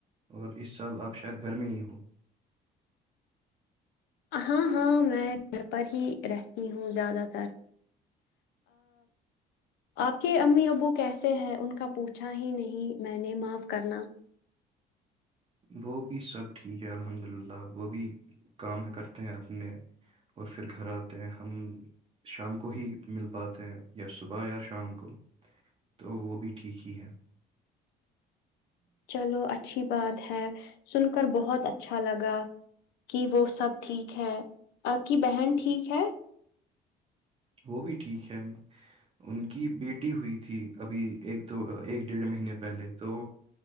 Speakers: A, on the right; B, on the left.
A: اور اس سال آپ شاید گھر میں ہی
B: ہاں ہاں میں گھر پر ہی رہتی ہوں زیادہ تر آپ کے امی ابو کیسے ہے ان کا پوچھا ہی نہیں میں نے معاف کرنا
A: وہ بھی سب ٹھیک ہے الحمد للہ وہ بھی کام کرتے ہیں اپنے اور پھر گھر آتے ہیں ہم شام کو ہی مل پاتے ہیں یا صبح یا شام کو تو وہ بھی ٹھیک ہی ہے
B: چلو اچھی بات ہے سن کر بہت اچھا لگا کہ وہ سب ٹھیک ہے آ کی بہن ٹھیک ہے
A: وہ بھی ٹھیک ہے ان کی بیٹی ہوئی تھی ابھی ایک دو ایک ڈیھ مہینے پہلے تو